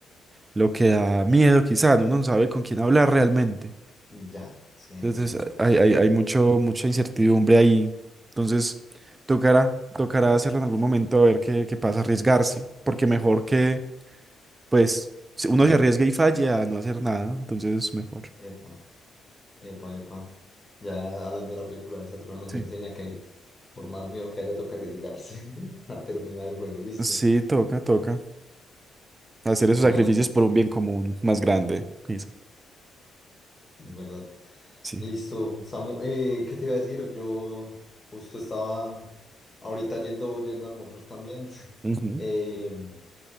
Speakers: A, on the right; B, on the left.
A: lo que da miedo, quizás. Uno no sabe con quién hablar realmente.
B: Ya, sí, entiendo.
A: Entonces eh, hay, hay, hay mucho, mucha incertidumbre ahí. Entonces tocará, tocará hacerlo en algún momento a ver qué, qué pasa, arriesgarse. Porque mejor que pues si uno
B: Sí, sí.
A: se arriesga y falla a no hacer nada, entonces mejor.
B: Epa, epa, epa. Ya hablando de la película de Saturno nos
A: Sí.
B: enseña que por más miedo que haya, toca arriesgarse <laughs> a terminar el juego, listo.
A: Sí, toca, toca. Hacer esos
B: Ah,
A: sacrificios
B: listo,
A: por un bien común más grande. dice.
B: es verdad.
A: Sí.
B: Listo, Samu, eh, ¿qué te iba a decir? Yo justo estaba ahorita yendo, yendo a almorzar también. <laughs>
A: Ujú.
B: Em,
A: <laughs>